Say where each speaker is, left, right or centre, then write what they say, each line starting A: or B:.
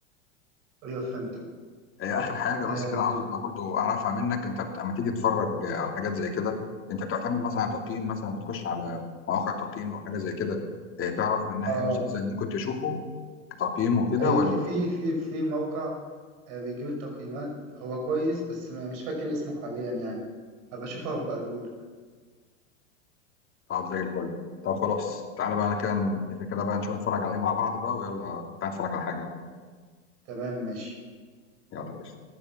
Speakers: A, on the right; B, on the left.
A: أيوه فهمتك
B: هي اخر حاجه
A: آه,
B: بس كده عاوز ابقى برضو اعرفها منك انت بت- لما تيجي تتفرج آه، على حاجات زي كده انت بتعتمد مثلا على تقييم مثلا بتخش على مواقع تقييم او حاجه زي كده إيه، تعرف منها
A: آه
B: ايه مسلسل ممكن تشوفه كتقييم وكده
A: أيوه
B: ولا
A: في في في في موقع آه بيجيب التقييمات هو كويس بس م- مش فاكر اسمه حاليا يعني هبقى أشوفه وأبقى أقولهولك
B: طب زي الفل طب خلاص تعالى بقى كده نتفق كده بقى نشوف نتفرج على ايه مع بعض بقى ويلا تعالى نتفرج على حاجه
A: تمام ماشي
B: يلا يا باشا